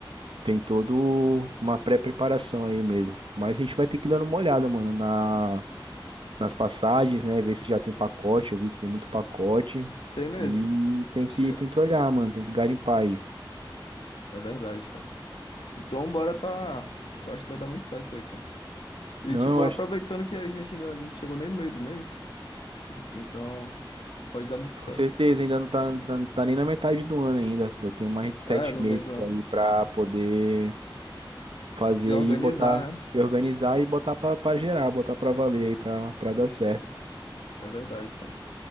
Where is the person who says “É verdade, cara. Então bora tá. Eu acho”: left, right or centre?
Left